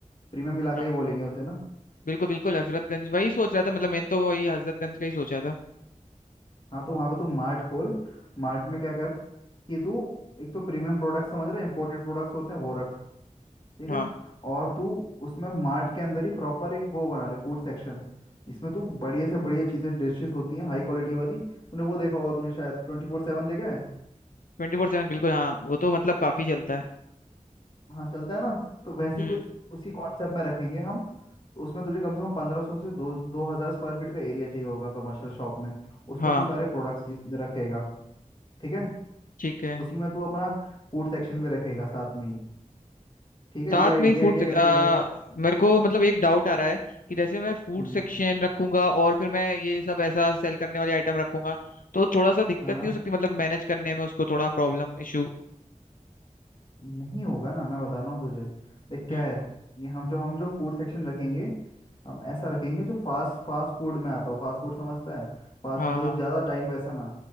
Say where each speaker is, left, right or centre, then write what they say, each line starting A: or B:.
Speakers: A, on the left; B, on the left.
A: प्रीमियम इलाका
B: हाँ
A: ही बोलेंगे उसे ना
B: बिल्कुल बिल्कुल हजरतगंज वही सोच रहा था मतलब मैंने तो वही हजरतगंज का ही सोचा था
A: हाँ तो वहाँ पे तू मार्ट खोल मार्ट में क्या कर कि तू एक तो प्रीमियम प्रोडक्ट समझ रहा है इंपोर्टेड प्रोडक्ट्स होते हैं वो रख ठीक
B: हाँ
A: है और तू उसमें मार्ट के अंदर ही प्रॉपर एक वो बना ले फूड सेक्शन जिसमें तू बढ़िया से बढ़िया चीज़ें डिशेस होती हैं हाई क्वालिटी वाली तूने वो देखा होगा तूने शायद ट्वेंटी फोर सेवन देखा है
B: ट्वेंटी फोर सेवन बिल्कुल हाँ वो तो मतलब काफी चलता है
A: हाँ चलता है ना तो वैसे
B: हम्म
A: ही कुछ उसी कॉन्सेप्ट में रखेंगे हम तो उसमें तुझे कम से कम पंद्रह सौ से दो दो हज़ार स्क्वायर फीट का एरिया चाहिए होगा कमर्शियल शॉप में उसमें
B: हाँ
A: तू सारे प्रोडक्ट्स रखेगा ठीक है
B: ठीक है
A: उसी में तू अपना फूड सेक्शन भी रखेगा साथ में ही ठीक है
B: साथ
A: ये
B: में ही
A: ये
B: फूड
A: आइडिया कैसा लगा
B: मेरे को मतलब एक डाउट आ रहा है कि जैसे मैं फूड
A: हम्म
B: सेक्शन रखूंगा और फिर मैं ये सब ऐसा सेल करने वाली आइटम रखूंगा तो थोड़ा सा दिक्कत
A: हाँ
B: नहीं हो सकती मतलब मैनेज करने में उसको थोड़ा प्रॉब्लम इशू
A: नहीं होगा ना मैं बता रहा हूँ तुझे देख क्या
B: हम्म
A: है ये हम जो हम जो फूड सेक्शन रखेंगे हम ऐसा रखेंगे जो फास्ट फास्ट फूड में आता हो फास्ट फूड समझता है फास्ट
B: हाँ
A: जो
B: हाँ
A: ज़्यादा टाइम वैसा ना